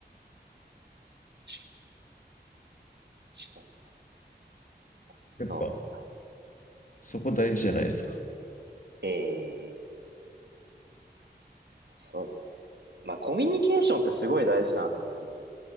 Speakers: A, on the right (about 70°); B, on the left (about 50°).
A: 確かに確かにな。まあそういうのあるとい
B: やっぱそこ大事じゃないですか。
A: い。ええそうですね。まあ、コミュニケーションってすごい大事だなと思って